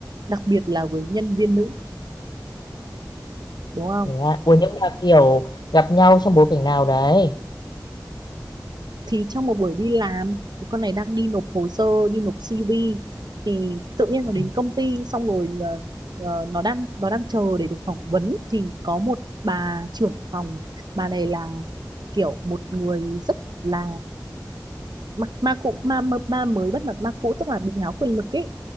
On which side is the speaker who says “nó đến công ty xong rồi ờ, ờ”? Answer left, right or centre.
Right